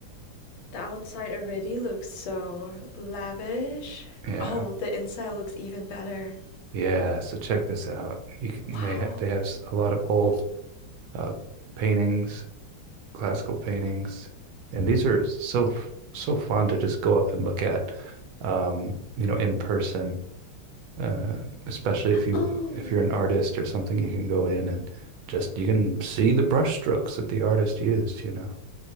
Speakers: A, on the left; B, on the right.
A: the outside already looks so lavish.
B: Yeah,
A: Oh, the inside looks even better.
B: Yeah, so check this out. You can,
A: Wow.
B: they ha they have s- a lot of old uh, paintings, classical paintings, and these are so f- so fun to just go up and look at, um, you know, in person. Uh, especially if you
A: Oh,
B: if you're an artist or something, you can go in and just you can see the brush strokes that the artist used, you know.